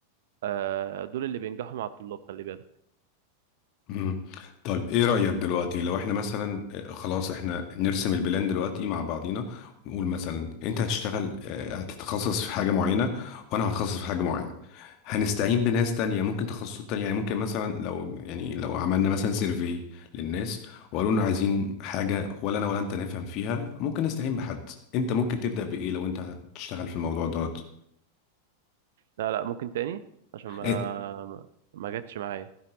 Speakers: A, on the right; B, on the left.
A: آه دول اللي بينجحوا مع الطلاب خلي بالك
B: مم. طيب ايه رأيك دلوقتي لو احنا مثلا آه، خلاص احنا نرسم البلان دلوقتي مع بعضينا ونقول مثلا انت هتشتغل آه، هتتخصص في حاجة معينة وانا هتخصص في حاجة معينة هنستعين بناس تانية ممكن تخصصات تانية يعني ممكن مثلا لو يعني لو عملنا مثلا سيرفي للناس وقالوا لنا عايزين حاجة ولا انا ولا انت نفهم فيها ممكن نستعين بحد انت ممكن تبدأ بإيه لو انت هتشتغل في الموضوع دوت
A: لا لا ممكن تاني عشان ما
B: آه،
A: ما ما جاتش معايا